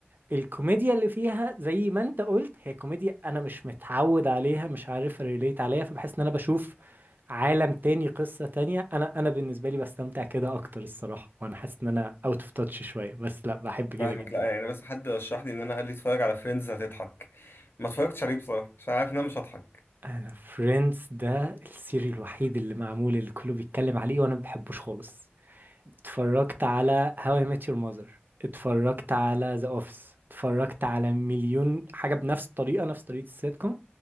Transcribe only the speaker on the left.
فاهمك
لا يعني بس حد رشح لي ان انا قال لي اتفرج على فريندز هتضحك ما اتفرجتش عليه بصراحه عشان عارف ان انا مش هضحك